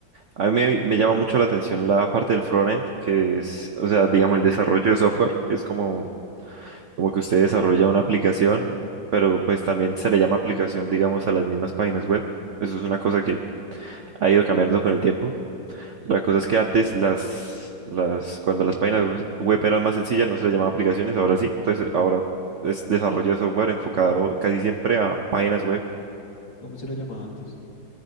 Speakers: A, on the right; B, on the left.
A: a mí me, me llama mucho la atención la parte del frontend, que es, o sea, digamos, el desarrollo de software, que es como, como que usted desarrolla una aplicación, pero pues también se le llama aplicación, digamos, a las mismas páginas web. Eso es una cosa que ha ido cambiando con el tiempo. La cosa es que antes las, las, cuando las páginas web web eran más sencillas, no se les llamaba aplicaciones, ahora sí. Entonces ahora es desarrollo de software enfocado casi siempre a páginas web.
B: ¿Cómo se le llamaba antes?